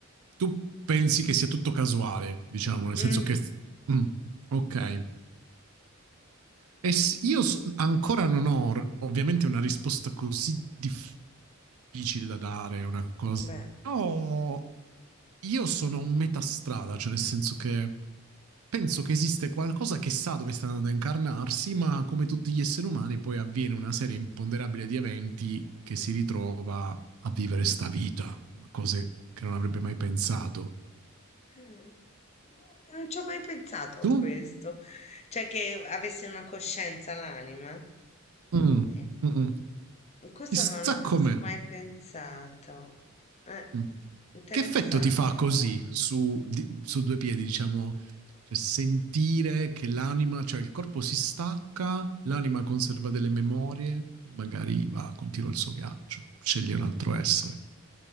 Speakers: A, on the right; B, on the left.
A: tu pensi che sia tutto casuale, diciamo, nel
B: Mm,
A: senso che... mm, ok. E s- io s- ancora non ho r- ovviamente una risposta così difficile da dare, è una cosa.
B: beh,
A: Però io sono un metà strada, cioè nel senso che penso che esiste qualcosa che sa dove sta andando a incarnarsi, ma come tutti gli esseri umani poi avviene una serie imponderabile di eventi che si ritrova a vivere sta vita, cose che non avrebbe mai pensato.
B: mm, non ci ho mai pensato a
A: Tu?
B: questo, cioè che avesse una coscienza l'anima.
A: Mm, mm,
B: Eh,
A: mm.
B: Questo
A: Chissà
B: non, ho
A: com'è.
B: non ho mai pensato. Eh,
A: Mm.
B: interessante
A: Che effetto ti fa così
B: però.
A: su, di- su due piedi, diciamo, cioè sentire che l'anima, cioè il corpo si stacca, l'anima conserva delle memorie e magari va, continua il suo viaggio, sceglie un altro essere.